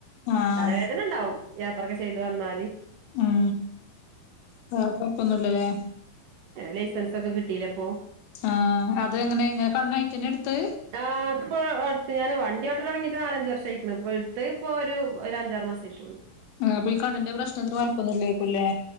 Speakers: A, on the left (about 80°); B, on the right (about 70°).
A: ആഹ്
B: തലവേദന ഇണ്ടാവും യാത്രൊക്കെ ചെയ്ത് വന്നാല്
A: ഉം വേറെ കൊഴപ്പൊന്നുല്ല ല്ലേ
B: ലൈസൻസൊക്കെ കിട്ടില്ലേ ഇപ്പൊ
A: ആഹ് അത് എങ്ങനെ ഇങ്ങനെ കണ്ണായിട്ടന്നെ എടുത്ത്
B: ആഹ് ഇപ്പൊ അടുത്ത് ഞാൻ വണ്ടിയോട്ടല് തൊടങ്ങീട്ട് നാലഞ്ച് വർഷം ആയിക്കണ് ഇപ്പൊ എടുത്തെ ഇപ്പൊ ഒരു ഒരഞ്ചാറ് മാസം ആയിറ്റോള്ളൂ
A: ആഹ് അപ്പൊ ഈ കണ്ണിന്റെ പ്രശ്നത്തിന് കൊഴപ്പൊന്നു ഇല്ലായിരിക്കൂല്ലേ